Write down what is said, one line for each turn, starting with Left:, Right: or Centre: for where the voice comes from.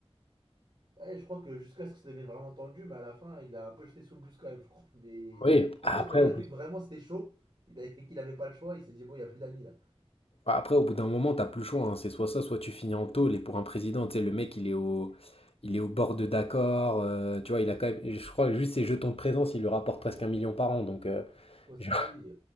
Right: Ouais, je crois que jusqu'à ce que ça devienne vraiment tendu, mais à la fin, il a un peu jeté sous le bus quand même, je crois. Mais
Left: Oui, après,
Right: en fait, quand il a
Left: au bout,
Right: vu que vraiment c'était chaud, il a- <laughs> et qu'il avait pas le choix, il s'est dit bon, il y a plus d'amis là.
Left: après, au bout d'un moment, t'as plus le choix, hein. C'est soit ça, soit tu finis en tôle. Et pour un président, tu sais, le mec, il est au, il est au bord de d'accord. euh, tu vois, il a quand même, je crois que juste ses jetons de présence, il lui rapporte presque un million par an. Donc, euh, <laughs>
Right: C'est quoi
Left: j'ai
Right: Ah oui,